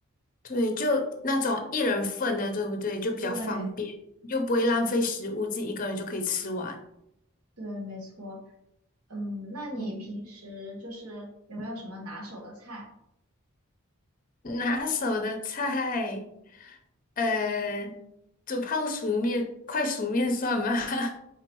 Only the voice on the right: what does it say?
对
对，没错。嗯，那你平时就是有没有什么拿手的菜